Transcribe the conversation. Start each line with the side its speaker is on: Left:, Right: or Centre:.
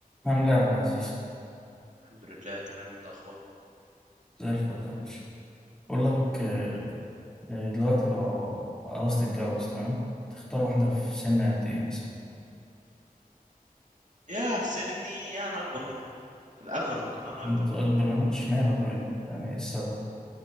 Centre: عامل ايه يا عبد العزيز
Right: الحمد لله تمام انت اخبارك
Centre: زي الفل يا باشا بقول لك آه، آه، دلوقتي لو عاوز تتجوز تمام تختار واحدة في سن قد ايه مثلا
Right: يا في سني يا انا اكبر منها في الاغلب هكون انا
Centre: انت
Right: اكبر منها
Centre: اكبر منها اشمعنى طيب يعني ايه السبب